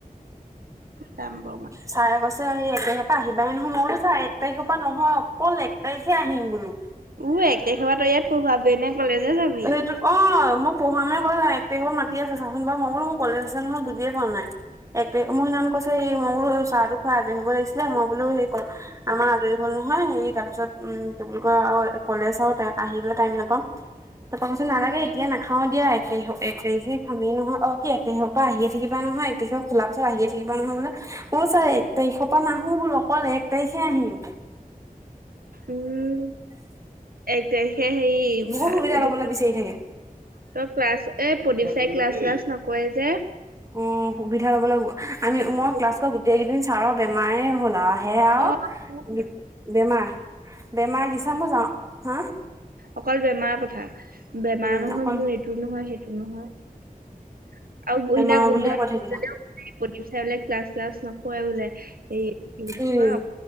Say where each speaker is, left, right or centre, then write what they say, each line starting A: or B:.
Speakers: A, on the right; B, on the right.
A: যাম বাৰু মই
B: ছাৰ অ সেই এক তাৰিখৰ পৰা আহিবাই নহয় ছাৰ এক তাৰিখৰ পৰা নহয় অকল এক তাৰিখে আহিম বোলো
A: উও এক তাৰিখৰ তই ইয়াত পঢ়াবৈ নে? কলেজে যাবি?
B: সেইটো অ মোক পঢ়া মান ক এক তাৰিখৰ মা আ চাচোন মই বোলো কলেজ আছে নহয় বুজিয়ে পোৱা নাই এক তাৰিখ মোক সেইদিনা কৈছে সি মই বোলো চাহ খোৱা আজৰি হব লাগিছিলে মই বোলো সেই আমাৰ আজৰি হল নহয় হে তাৰ পিছত উম কি বুলি কয়, আৰু কলেজ আৰু টাইম আহিবলৈ টাইম নাপাওঁ। তাৰপৰা পাছত নালাগে এতিয়া নাখাও দিয়া একেই হ এক তিখে খামেই নহয় আৰু কি একেই হওক। পৰা আহিয়ে থাকিবা নহয় এক তাৰিখত খোলাৰ পিছত আহিয়ে থাকিবা নহয় বোলে ' ছাৰে এক তাৰিখৰ পৰা নাহো বোলো অকল এক তাৰিখে ‌আহিম
A: উম এক তাৰখে হেৰি
B: বহুত
A: ভ
B: সুবিধা ল'বলৈ
A: তই
B: বিচাৰি থাকে।
A: ক্লাছ এই প্ৰদীপ ছাই ক্লাছ্লাছ নকৰে যে
B: অ সুবিধা লব লাগিব
A: হেৰি
B: আমি মই ক্লাছ কৰা গোটেই কেইদিন ছাৰৰ বেমাৰে হ'ল আৰু সেয়া আৰু
A: অ কিনো
B: বেমাৰ বেমাৰ দিছে মই যাওঁ হা
A: অকল বেমাৰ কথা বেমাৰ
B: উম
A: নহয়
B: অকল
A: মোৰ এইটো নহয় সেইটো নহয় আৰু গহিনা
B: বেমাৰ
A: গোৱাও
B: বুলিয়ে কৈ থাকিলা
A: চাই বোলে ক্লাছ চ্লাছ নকৰাই বোলে হেৰি উ
B: উম
A: হ